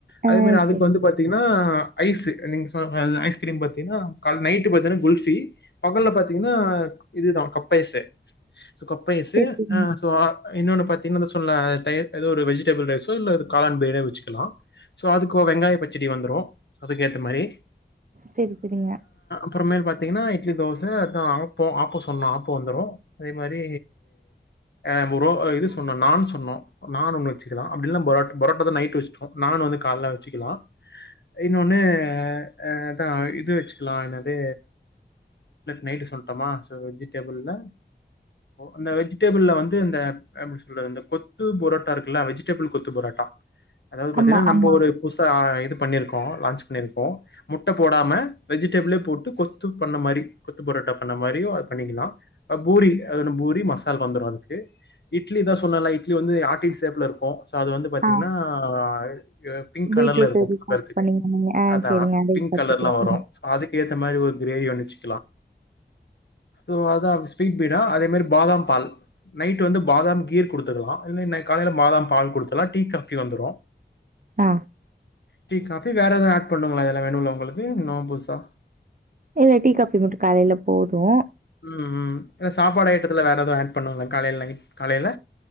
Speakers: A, on the right (about 45°); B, on the left (about 70°).
A: ஆ
B: அதே மாரி அதுக்கு
A: சரிங்க.
B: வந்து பாத்தீங்கன்னா ஐஸ் நீங்க சொ அ ஐஸ்கிரீம் பாத்தீங்கன்னா நைட்டு பாத்தீங்கன்னா குல்ஃபி பகல்ல பாத்தீங்கன்னா இதுதா கப்பைஸ் சோ கப்பைஸ்சு
A: சரி, சரிங்க.
B: அ சோ ஆள் இன்னொன்னு பாத்தீங்கனு சொல்ல தயிர் ஏதோ ஒரு வெஜிடபிள் ரைஸோ இல்ல காளான் பிரியாணி வச்சுக்கலா சோ அதுக்கோ வெங்காயோ பச்சடி இன்னைக்கு வந்துரு அதுக்கேத்த மாரி
A: சேரி செரிங்க
B: அப்பறமேல் பாத்தீங்கன்னா இட்லி தோச அதா ஆப்போ ஆப்போ சொன்னோ ஆப்போ வந்துரு அதே மாரி அ புரோ இது சொன்னோ நான் சொன்னோ நான் ஒன்னு வச்சுக்கலா அப்டில்ல புரோட் பரோட்டாதா நைட் வச்சுட்டோ நான் வந்து கால்ல வச்சுக்கலா இன்னொன்னு அ அதா இது வச்சுக்கலா என்னாது நைட் சொல்ட்டுமா சோ டேபிள்ல இந்த விஜிடெபிள வந்து வந்து இந்த எப்டி சொல்றது கொத்து பொரோட்டா இருக்குல்ல வெஜிடபிள் கொத்து புரோட்டா அதாவது பாத்தீங்கனா
A: ஆமா,
B: நம்ம
A: ஆமா.
B: ஒரு புதுசா ஆய்ன் பண்ணிருக்கோ லாச்சு பண்ணிருக்கோ முட்ட போடாம வெஜிடபிளே போட்டு கொத்து பண்ணமாரி கொத்து புரோட்டா பண்ணமாரி பண்ணிகிளா பூரி பூரி மசால் வந்துரு இட்லி தா சொன்னலாஇட்லி வந்து ஆட்டின் சேப்ல இருக்கு அது வந்து பாத்தீங்கன்னா
A: ஆ
B: ஆய் பிங்க்
A: பீட்ரூட்
B: கலர்ல இருக்கு
A: ரீசார்ஜ்
B: பாக்குறதுக்கு
A: பண்ணீங்க நீங்க. ஆ
B: அதா
A: சரிங்க. அத
B: பிங்க்
A: வச்சுக்கலாம்.
B: கலர்லா வரு
A: ம்.
B: அதுக்கு ஏற்ற மாரி ஒரு கிரேவி வந்துச்சு ஹலோ அதா ஸ்வீட் பீடா அதே மாரி பாதாம் பால் நைட் வந்து பாதாம் கீர் குடுத்துக்கலா இ காலேல பாதாம் பால் குடுத்துக்கலா டீ காபி வந்துரு
A: ஆ
B: டி காபி வேற எதவு ஆட் பண்ணுங்களா அதெல்லா வேணும்ல உங்களுக்கு இன்னு புதுசா
A: இல்ல டீ காபி மட்டு காலேல போது
B: உம் உம் இல்ல சாப்பாடு அய்ட்டத்துல வேற ஏதவு ஆட் பண்ணுவே காலேல நைட் காலேல